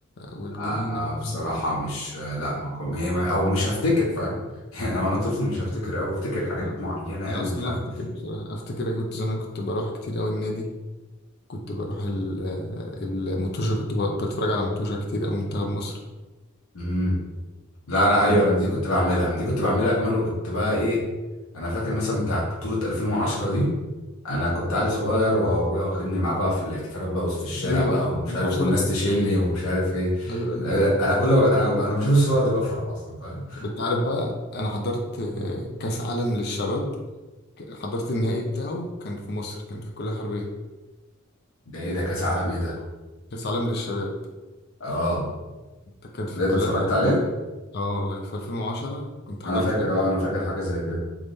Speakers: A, on the left (about 50°); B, on the left (about 80°).
A: والجنينة
B: آه، انا
A: والحاجات
B: بصراحة
A: دي.
B: مش لا ما كو- هي ما- او مش هفتكر فاهم <laughs> يعني وانا طفل مش هفتكر او افتكر حاجات
A: آه.
B: معينة
A: لا
B: قوي
A: أصلا
B: فاهم
A: أنا أفتكر بصراحة أفتكر أنا كنت زمان كنت بروح كتير أوي النادي كنت بروح ال... الموتوجة كنت ب... بتفرج على موتوجة كتير أوي منتخب مصر
B: امم لا انا ايوه
A: طب-
B: انا دي كنت بعملها انا دي كنت بعملها كمان وكنت بقى ايه انا فاكر مثلا بتاعت بطولة 2010 دي انا كنت عيل صغير وابويا واخدني معاه بقى في الاحتفالات بقى وسط الشارع
A: أيوة
B: بقى ومش
A: 2010
B: عارف والناس تشيلني ومش عارف ايه
A: أيوة أيوة
B: آه، انا كل ما انا انا بشوف الصور دي بفرح اصلا فاهم
A: أنت عارف بقى أنا حضرت آه، كأس عالم للشباب حضرت النهائي بتاعه كان في مصر كان في الكلية الحربية
B: ده ايه ده كاس عالم ايه ده
A: كأس عالم للشباب
B: اه
A: ده كان في
B: ده
A: الكلية
B: انت اتفرجت
A: الحربية
B: عليه
A: اه والله في 2010 كنت حضرت
B: انا فاكر
A: في ال...
B: اه انا فاكر حاجة زي كده